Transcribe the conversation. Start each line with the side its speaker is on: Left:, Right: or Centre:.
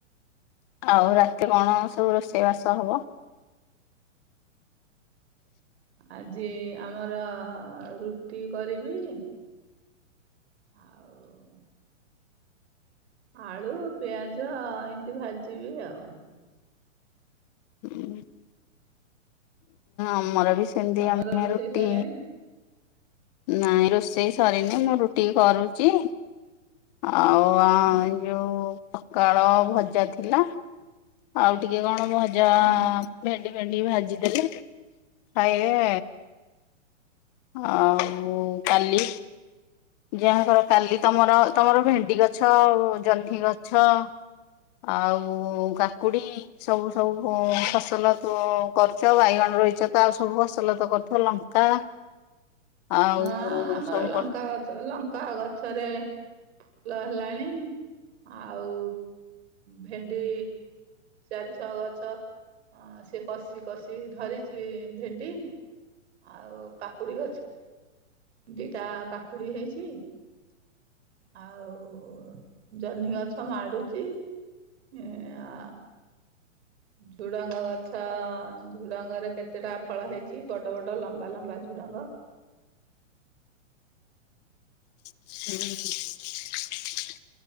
Left: ଆଉ ରାତି କଣ ସବୁ ରୋଷେଇ ବାସ ହବ
Right: ଆଜି ଆମର ରୁଟି କରିବି। ଆଉ ଆଳୁ ପିଆଜ ଏମିତି ଭାଜିବି ଆଉ
Left: ହୁଁ ଆମର ବି ସେମିତି
Right: ତମର
Left: ଆମେ
Right: ରୋଷେଇ
Left: ରୁଟି
Right: ସଇଲାଣି?
Left: ନାଇଁ ରୋଷେଇ ସରିନି ମୁଁ ରୁଟି କରୁଛି। ଆଉ
Right: ହୁଁ
Left: ଯୋଉ ସକାଳ ଭଜା ଥିଲା ଆଉ ଟିକେ କଣ? ଭଜା
Right: ହୁଁ
Left: ଭେଣ୍ଡି ଫେଣ୍ଡି ଭାଜିଦେଲେ ଖାଇବେ ଆଉ କାଲି ଯାହାକର କାଲି ତମର ତମର ଭେଣ୍ଡି ଗଛ ଆଉ ଜହ୍ନି ଗଛ ଆଉ କାକୁଡି ସବୁ ସବୁ ଫସଲ ତ କରୁଛ ବାଇଗଣ ରହିଛ ତ ଆଉ ସବୁ ଫସଲ ତ କରିଥ ଲଙ୍କା ଆଉ
Right: ହଁ ଆମର
Left: ସବୁ
Right: ଲଙ୍କା
Left: କରୁଛ
Right: ଗଛ ଲଙ୍କା ଗଛରେ ଫୁଲ ହେଲାଣି ଆଉ ଭେଣ୍ଡି ଚାରି ଛଅ ଗଛ ଅ ସେି କଷି କଷି ଧରିଛି ଭେଣ୍ଡି ଆଉ କାକୁଡି ଗଛ ଦିଟା କାକୁଡି ହେଇଛି। ଆଉ ଜହ୍ନି ଗଛ ମାଡୁଛି। ଏ ଆ ଝୁଡାଙ୍ଗ ଗଛ ଝୁଡାଙ୍ଗରେ କେତେଟା ଫଳ ହେଇଛି ବଡ ବଡ ଲମ୍ବା ଲମ୍ବା ଝୁଡଙ୍ଗ
Left: ହୁଁ।